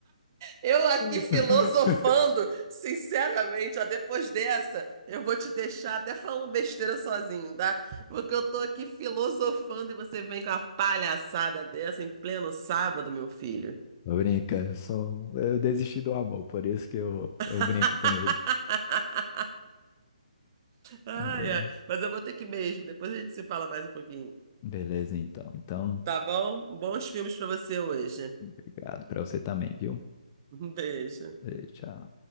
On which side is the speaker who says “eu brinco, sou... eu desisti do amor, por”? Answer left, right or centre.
Left